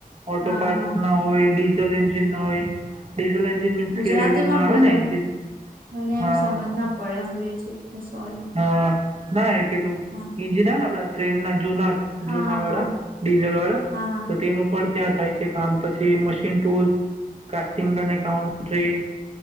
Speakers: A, on the right; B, on the right.
A: ઓટો
B: હા
A: ટાઈપ્સના
B: હા
A: હોય. ડીઝલ એન્જિન ના હોય. ડીઝલ એન્જિન મીન્સ
B: ગુજરાતી
A: કે રેલવે નું
B: માં
A: આવે
B: બોલો
A: ને એન્જિન
B: મને
A: હા
B: એમ સમજ ના પડે અંગ્રેજી એટલે સોરી
A: હા ના પેલું
B: હા
A: એન્જિન આવે ને આપડા ટ્રેનના જુના
B: હા
A: જુના
B: હા
A: વડા.
B: હા
A: ડીઝલ વાળા
B: હા હા
A: તો તેનું પણ ત્યાં થાય છે કામ પછી મશીન ટુલ્સ કાસ્ટિંગ અને કાઉન્ટ્રી